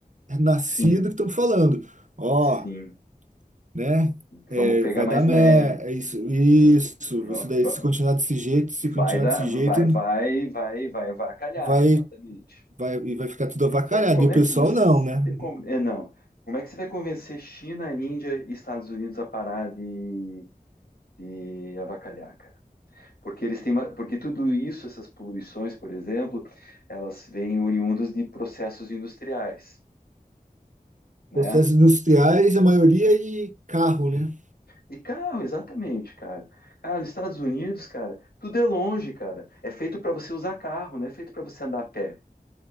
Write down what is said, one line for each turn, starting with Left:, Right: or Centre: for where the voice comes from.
Right: nascido
Left: Sim,
Right: que estão falando. Ó,
Left: sim.
Right: né? É,
Left: Vamos pegar
Right: vai
Left: mais
Right: dar merda,
Left: leve.
Right: isso, isso,
Left: V- v-
Right: isso daí,
Left: v-
Right: se continuar desse jeito, se
Left: Vai
Right: continuar
Left: dar,
Right: desse jeito,
Left: vai, vai, vai, vai, vai calhar,
Right: vai,
Left: exatamente.
Right: vai, e vai ficar tudo avacalhado.
Left: Só que como
Right: E o
Left: é
Right: pessoal
Left: que você.
Right: não, né?
Left: con- É, não. Como é que você vai convencer China, Índia e Estados Unidos a parar de, de avacalhar, cara? Porque eles têm uma, porque tudo isso, essas poluições, por exemplo, elas vêm oriundas de processos industriais, né?
Right: Processos industriais, a maioria e carro, né?
Left: E carro, exatamente, cara. Cara, nos Estados Unidos, cara, tudo é longe, cara. É feito para você usar carro, não é feito para você andar a pé.